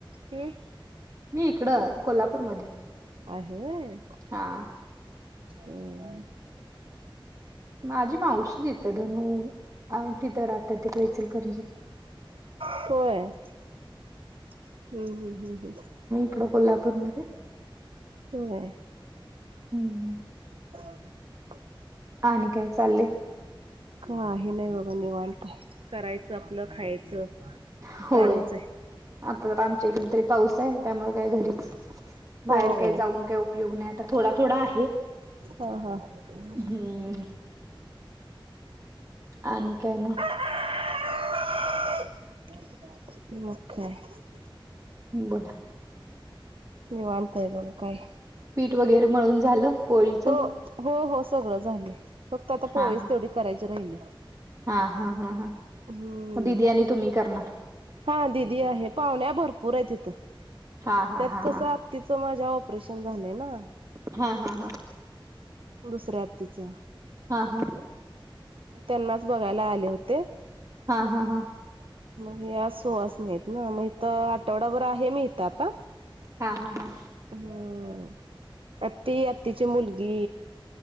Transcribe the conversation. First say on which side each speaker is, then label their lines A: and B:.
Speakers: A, on the right (about 80°); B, on the right (about 35°).
A: हम.
B: मी इकडं कोल्हापूरमध्ये.
A: आहेय
B: हा
A: होय.
B: माझी मावशी येतं धनु आणि तिथं राहतात इचलकरंजी कर.
A: होय हम्म हम्म हम्म हम्म.
B: इकड कोल्हापूरमध्येध्ये.
A: हो.
B: हम्म
A: <inaudible>
B: आणि काय चालले.
A: का आहे नाही बाबा निवणत करायचं आपलं खायचं.
B: होय
A: चालूच
B: आता
A: आहे.
B: तर आमच्या इकडे तरी पाऊस आहे त्यामुळे काय घरीच. बाहेर
A: होय
B: काही जाऊन काय उपयोग नाही आता थोडा थोडा आहे.
A: हा हा हम्
B: हम्म आणि काय मग.
A: ओकेमगकाय.
B: बोला.
A: निवांत आहे मग काय नाही.
B: पीठ वगैरे म्हळून झालं पोळीचं.
A: हो हो हो सगळं झाले फक्त आता
B: हा
A: पोळीच
B: हा
A: तेवढी करायची राहिली.
B: हा हा हा हा
A: हम्म.
B: मग दिदी तुम्ही करणार.
A: हा दिीदी आहे पाहुण्या भरपूर आहे तिथं
B: हा हा
A: त्यात
B: हा
A: कसं.
B: हा
A: तिचं माझ्या ऑपरेशन झालंय ना.
B: हा हा हा.
A: दुसऱ्या हत्तीचं.
B: हा हा.
A: त्यांनाच बघायला आले होते.
B: हा हा हा.
A: मगे आज सुवास नाहीत ना मग तर. ठवडाभर आहे मी इथ आता.
B: हा हा हा
A: हम्म आत्ती आत्तीची मुलगी.